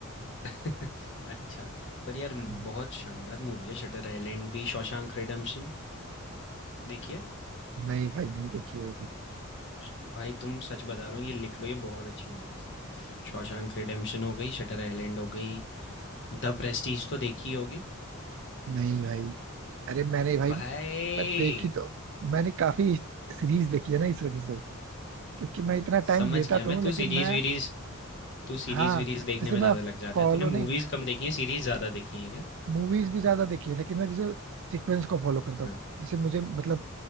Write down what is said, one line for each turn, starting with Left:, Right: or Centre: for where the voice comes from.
Left: <laughs> अच्छा पर यार म-
Right: हाँ,
Left: बहुत शानदार मूवी है शटर आइलैंड भी शॉशैंक रिडेम्पशन देखिए
Right: नहीं भाई नहीं देखी है ये तो
Left: श- भाई तुम सच बता रहा हो ये लिख लो ये बहुत अच्छी मूवीज है शॉशैंक रिडेम्पशन हो गई शटर आइलैंड हो गई द प्रेस्टीज तो देखी होगी
Right: नहीं भाई अरे मैंने भाई
Left: भाई
Right: मैं देखी तो मैंने काफी सीरीज देखी है ना इस वजह से क्योंकि मैं इतना
Left: समझ
Right: टाइम देता
Left: गया
Right: तो
Left: मैं
Right: हूँ
Left: तू
Right: लेकिन
Left: सीरीज
Right: मैं
Left: वीरीज तू सीरीज़-वीरीज़
Right: हाँ
Left: देखने
Right: जैसे
Left: में
Right: मैं
Left: ज़्यादा लग जाता
Right: फॉलो
Left: है। तूने
Right: नहीं
Left: मूवीज़ कम देखी हैं, सीरीज़ ज़्यादा देखी हैं क्या?
Right: मूवीज भी ज्यादा देखी है लेकिन मैं जैसे सीक्वेंस को फॉलो करता
Left: हाँ,
Right: हूँ जैसे मुझे मतलब